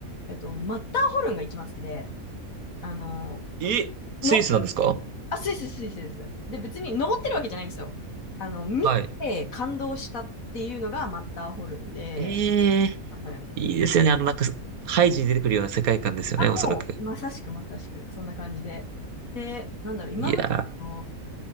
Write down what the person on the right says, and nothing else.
え、スイスなんですか
はい。えい
いですよね。あの、なんか、ハイジに出てくるような世界観ですよね、
おそらく。
いや